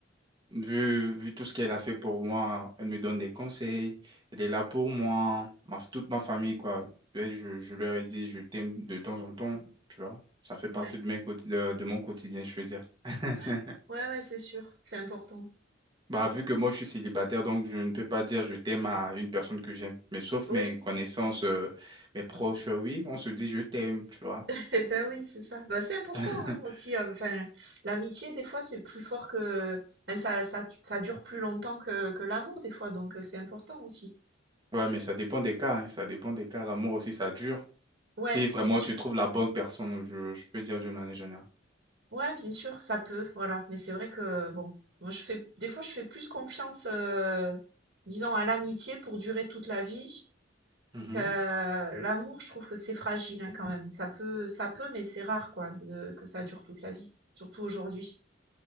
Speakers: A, on the right; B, on the right.
A: vu, vu tout ce qu'elle a fait pour moi, elle me donne des conseils, elle est là pour moi, ma, toute ma famille, quoi. Et je, je leur ai dit, je t'aime de temps en temps, tu vois, ça fait partie
B: ouais,
A: de, mes, quoti- de, de mon quotidien, je veux dire. <laughs>
B: ouais. Ouais, ouais, c'est sûr, c'est important.
A: Bah, vu que moi, je suis célibataire, donc je ne peux pas dire je t'aime à une personne que j'aime, mais sauf
B: Oui,
A: mes connaissances, euh, mes proches, euh, oui, on se dit je t'aime, tu vois.
B: <laughs> et ben oui, c'est ça. Bah, c'est important,
A: <laughs>
B: hein, aussi, heu, enfin, l'amitié des fois c'est plus fort que enfin ça ça ça dure plus longtemps que que l'amour des fois, donc heu, c'est important aussi.
A: Ouais, mais ça dépend des cas, hein, ça dépend des cas, l'amour aussi, ça dure.
B: Ouais,
A: Si vraiment
B: bien sûr.
A: tu trouves la bonne personne, donc je, je peux dire d'une manière générale.
B: Ouais, bien sûr, ça peut, voilà. Mais c'est vrai que bon, moi je fais des fois je fais plus confiance, euh, disons, à l'amitié pour durer toute la vie
A: Mhm.
B: que l'amour, je trouve que c'est fragile hein, quand même. Ça peut, ça peut, mais c'est rare quoi, de- que ça dure toute la vie, surtout aujourd'hui.